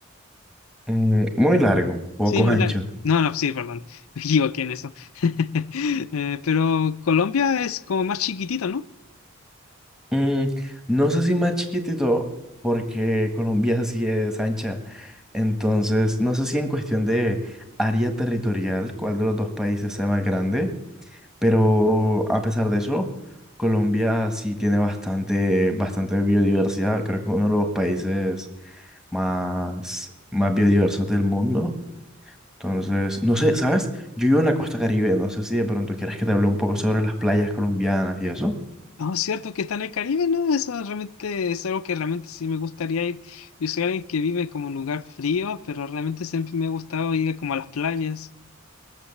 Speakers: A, in the centre; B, on the left.
A: Mm, muy largo, poco
B: Sí, muy
A: ancho.
B: largo. No, no, sí, perdón. <laughs> Me equivoqué en eso. <laughs> Eh, pero Colombia es como más chiquitito, ¿no?
A: Mm, no sé si más chiquitito, porque Colombia <laughs> sí es ancha. Entonces, no sé si en cuestión de área territorial, cuál de los dos países sea más grande, pero a pesar de eso, Colombia sí tiene bastante, bastante biodiversidad. Creo que uno de los países más, más biodiversos del mundo. Entonces, no sé, ¿sabes? Yo vivo en la costa Caribe, no sé si de pronto quieras que te hable un poco sobre las playas colombianas y eso.
B: Ah, cierto que está en el Caribe, ¿no? Eso realmente es algo que realmente sí me gustaría ir. Yo soy alguien que vive como en un lugar frío, pero realmente siempre me ha gustado ir como a las playas.